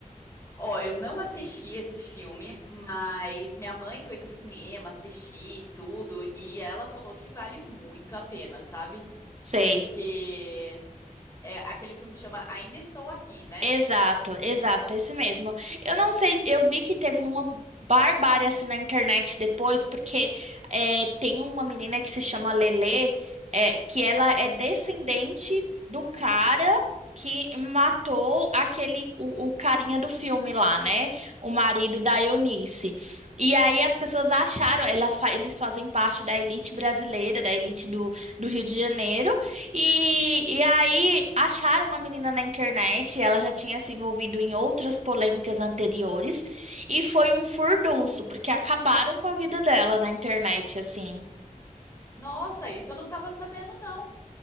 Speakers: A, on the left; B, on the right.
A: Ó, eu não assisti esse filme, mas minha mãe foi no cinema assistir e tudo e ela falou que vale muito a pena, sabe?
B: Sei.
A: Porque é, aquele filme que chama Ainda Estou Aqui, né?
B: Exato, exato, é isso mesmo. Eu não sei, eu vi que teve uma barbárie assim na internet depois, porque é, tem uma menina que se chama Lelê, é, que ela é descendente do cara que matou
A: Hum,
B: aquele, o, o carinha do filme lá, né? O marido da Eunice. E aí as pessoas acharam, ela fa- eles fazem parte da elite brasileira, da elite do, do Rio de Janeiro. E,
A: uhum.
B: e aí acharam a menina na internet, ela já tinha se envolvido em outras polêmicas anteriores, e foi um furdunço, porque acabaram com a vida dela na internet, assim.
A: Nossa, isso eu não tava sabendo, não.